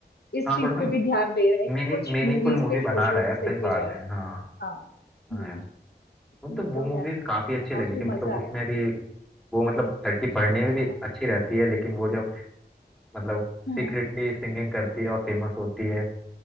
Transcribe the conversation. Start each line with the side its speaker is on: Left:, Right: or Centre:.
Left: इस
Centre: हाँ
Left: चीज
Centre: थोड़ा
Left: पे
Centre: सा
Left: भी ध्यान दे रहा है कि
Centre: मीनिंग
Left: कुछ
Centre: मीनिंगफुल
Left: मूवीज
Centre: मूवी
Left: पे
Centre: बना
Left: सोशल
Centre: रहा है
Left: मैसेज
Centre: यार सही बात
Left: भी जाए
Centre: है हाँ
Left: हाँ
Centre: हाँ
Left: हम्म,
Centre: यार मतलब
Left: ये तो
Centre: वो मूवी
Left: है
Centre: काफी अच्छी
Left: काफी
Centre: लगी थी
Left: मजा
Centre: मतलब उसमें
Left: आया
Centre: भी वो मतलब लड़की पढ़ने
Left: अच्छा
Centre: में भी अच्छी रहती है लेकिन वो जब मतलब
Left: हाँ
Centre: सीक्रेटली सिंगिंग करती है और फेमस होती है